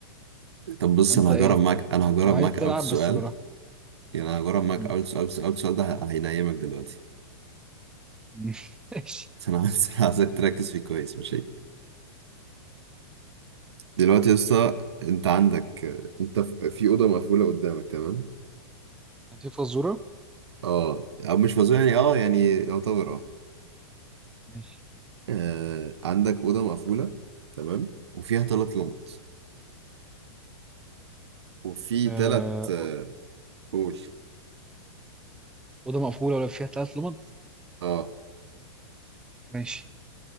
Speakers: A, on the right; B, in the centre.
A: طب بص
B: فانت
A: انا
B: ايه
A: هجرب معاك انا هجرب
B: لو عايز
A: معاك
B: تلعب
A: اول سؤال
B: بس براحتك
A: يعني انا هجرب معاك
B: امم
A: اول سؤال بس اول سؤال ده ه- هينيمك دلوقتي
B: أمم. <laughs> ماشي
A: <laughs> بس انا عايز- <laughs> عايزك تركز فيه كويس ماشي دلوقتي يا اسطى انت عندك انت في في اوضه مقفوله قدامك تمام
B: هاتي فزوره
A: اه او مش مزوق يعني اه يعني يعتبر اه
B: ماشي
A: آه، عندك اوضه مقفوله تمام وفيها ثلاث لمط وفي
B: آه...
A: ثلاث قول
B: اوضه مقفوله ولا فيها ثلاث لمض
A: اه
B: ماشي